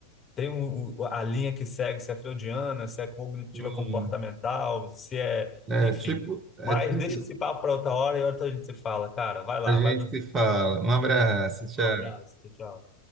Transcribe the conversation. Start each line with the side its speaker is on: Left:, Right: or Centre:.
Left: tem o, o- a linha que segue, se é freudiana, se é cognitiva
Right: Sim.
Left: comportamental, se é,
Right: É
Left: enfim.
Right: tipo, é
Left: Mas
Right: tipo,
Left: deixa
Right: isso.
Left: esse papo para outra hora e outra hora a gente se fala, cara. Vai lá,
Right: a gente
Left: vai dormir.
Right: se fala. Um abraço, tchau.
Left: Um abraço, tchau, tchau.